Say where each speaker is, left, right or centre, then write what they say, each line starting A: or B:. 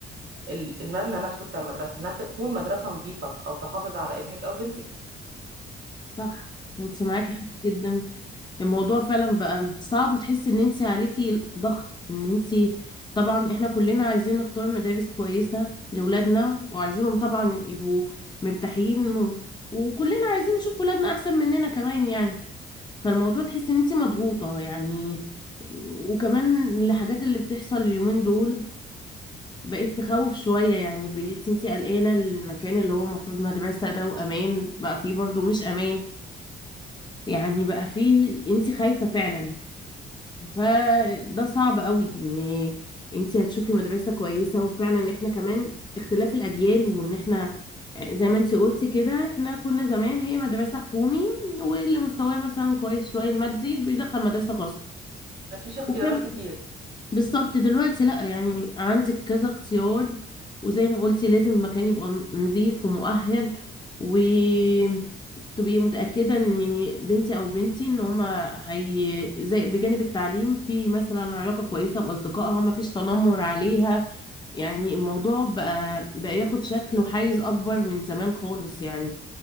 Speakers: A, on the right (about 60°); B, on the left (about 20°).
A: ال- المبنى نفسه بتاع المدرسة انها تكون مدرسة نظيفة او تحافظ على ابنك او بنتك
B: صح انت معاكي حق جدا الموضوع فعلا بقى صعب وتحس ان انت عليكي ضغط ان انت طبعا احنا كلنا عايزين نختار مدارس كويسة لأولادنا وعايزينهم طبعا يبقوا مرتاحين و... وكلنا عايزين نشوف ولادنا احسن مننا كمان يعني فالموضوع تحس ان انت مضغوطة يعني وكمان الحاجات اللي بتحصل اليومين دول بقيت تخوف شوية يعني بقيت انت قلقانة المكان اللي هو المفروض مدرسة ده وأمان بقى فيه برضه مش أمان يعني بقى فيه انت خايفة فعلا فده صعب قوي ان انت هتشوفي مدرسة كويسة وفعلا احنا كمان اختلاف الاجيال وان احنا زي ما انت قلتي كده احنا كنا زمان هي مدرسة حكومي واللي مستواه مثلا كويس شوية المادي بيدخل مدرسة خاصة
A: ما فيش اختيارات
B: وكان
A: كتير
B: بالظبط دلوقتي لا يعني عندك كذا اختيار وزي ما قلتي لازم المكان يبقى نظيف ومؤهل وتبقي متأكدة ان بنتي او بنتي ان هما هي زي بجانب التعليم في مثلا علاقة كويسة بأصدقائها ما فيش تنمر عليها يعني الموضوع بقى بقى ياخد
A: بالظبط.
B: شكل وحيز أكبر من زمان خالص يعني